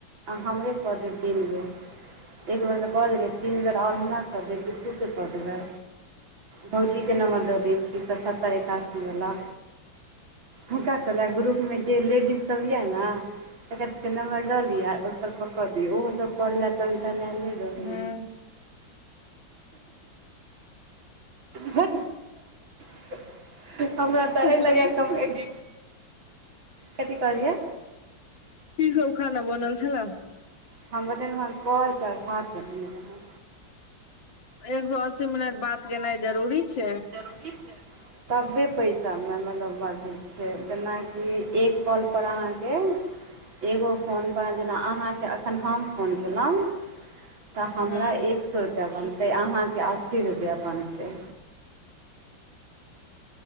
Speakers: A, on the right; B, on the left.
A: हमरे कऽ देब तीन बेर। एक बेर तऽ कऽ देलियै तीन बेर और हमरा कऽ देब बित्तु के कऽ देबै भौजीके नम्बर दऽ दै छियै, सतहत्तर एकासी वला। हुनका कहालिया ग्रुपमे जे लेडीज सभ यऽ ने। एकर सब केँ नम्मर लऽ लिआ आ ओहि पर कऽ कऽ दियो ओहो सब करे लऽ टन टनैय ले रहै
B: हूँ
A: छै <unintelligible> <unintelligible> हमरा तऽ एहि
B: की
A: लग कथि कहलियै?
B: की सभ खाना बनल छला।
A: हम बनेलू हैं कच भात बनेने रहु।
B: एक सौ अस्सी मिनट बात केनाइ जरूरी छै।
A: जरूरी छै। तबै पैसामे मतलब बढ़ै छै, जेनाकि एक कॉलपर अहाँकेँ। एगो फोनपऽ जेना अहाँके एखन हम फोन कलेहुँ तऽ
B: हूँ
A: हमरा एक सौ रुपैया बनतै अहाँकेँ अस्सी रुपैया बनतै